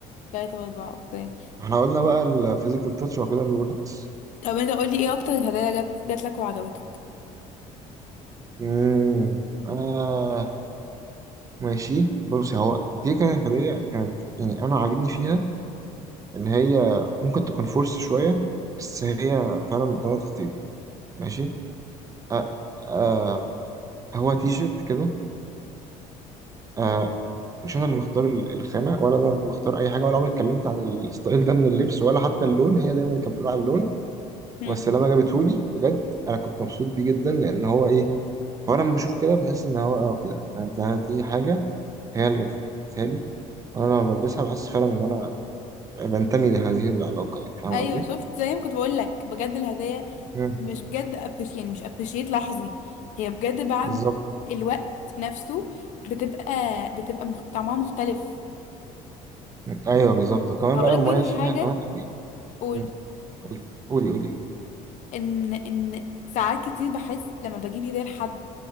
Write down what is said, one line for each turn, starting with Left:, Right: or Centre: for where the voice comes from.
Left: تلاته واربعه اوكي
Right: احنا قلنا بقى الفيزيكال تاتش وبعد كده الوردز
Left: طب انت قولي ايه اكتر هدايا جت جات لك وعجبتك
Right: مم. آه ماشي بصي هو دي كانت هدية كانت يعني أنا عاجبني فيها إن هي ممكن تكون فورس شوية بس هي فعلا طلعت خطيرة ماشي آه آه هو تي شيرت كده آه مش أنا اللي مختار ال- الخامة ولا أنا اللي مختار أي حاجة ولا عمري اتكلمت عن الستايل ده من اللبس ولا حتى اللون هي دايما اللي كانت بتقول على اللون
Left: امم
Right: والسلامة جابتهولي بجد أنا كنت مبسوط بيه جدا لأن هو إيه فانا لما بشوفه كده بحس ان هو اه كده يعني ده دي حاجه هي اللي جابتها لي وانا لما بلبسها بحس فعلا ان انا بنتمي لهذه العلاقه يعني فاهم
Left: ايوه
Right: قصدي
Left: شفت زي ما كنت بقول لك بجد الهدايا
Right: مم.
Left: مش بجد أبش يعني مش ابريشيت لحظي هي بجد بعد
Right: بالظبط
Left: الوقت نفسه بتبقى بتبقى مخ... طعمها مختلف
Right: مم. ايوه بالظبط وكمان
Left: هقول
Right: بقى
Left: لك
Right: المميز
Left: برضه
Right: فيها
Left: حاجه
Right: كمان قوي
Left: قول
Right: مم. قولي قولي قولي
Left: ان ان ساعات كتير بحس لما بجيب هديه لحد